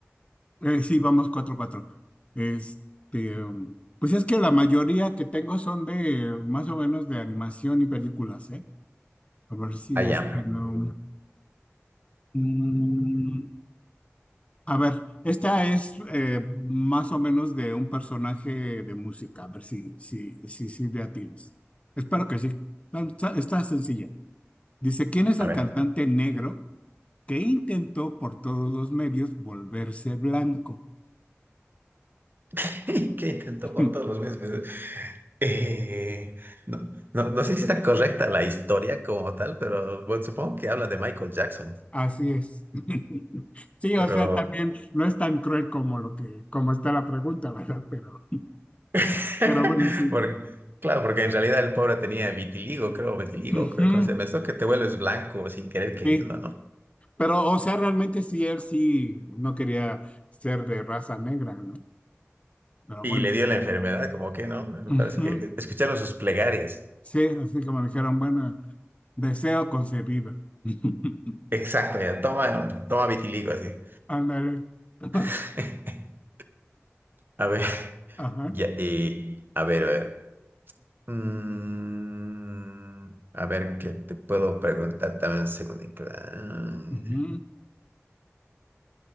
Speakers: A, on the left; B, on the right.
A: eh, sí, vamos cuatro cuatro. Este, um, pues es que la mayoría que tengo son de eh, más o menos de animación y películas, ¿eh? A ver si
B: Allá.
A: esta no. Mm, A ver, esta es eh, más o menos de un personaje de música. A ver si, si, si, si le atinas. Espero que sí. Tan- Está, está sencilla. Dice, ¿quién es el
B: A ver.
A: cantante negro que intentó por todos los medios volverse blanco?
B: <laughs> ¿Qué intento
A: <laughs>
B: por todos los meses? Eh, no, no, no sé si está correcta la historia como tal, pero bueno, supongo que habla de Michael Jackson.
A: Así es. <laughs> Sí,
B: Pero.
A: o sea, también no es tan cruel como lo que, como está la pregunta, ¿verdad? Pero,
B: <laughs>
A: pero bueno, sí.
B: porque- claro, porque en realidad el pobre tenía vitiligo, creo, vitiligo,
A: Ujú,
B: creo, ¿cómo se llama esto? Que te vuelves blanco sin querer queriendo,
A: sí.
B: ¿no?
A: Pero, o sea, realmente sí, él sí no quería ser de raza negra, ¿no? Pero
B: Y
A: bueno.
B: le dio la enfermedad, como que no, me
A: Ujú.
B: parece que escucharon sus plegarias.
A: Sí, así como dijeron, bueno, deseo concedido. <laughs>
B: Exacto, ya, toma, toma vitiligo así.
A: Ándale. <laughs>
B: <laughs> A ver,
A: Ajá.
B: ya, y, a ver, a ver. Mm, a ver, ¿qué te puedo preguntar también un segundito? Ah,
A: Ujú.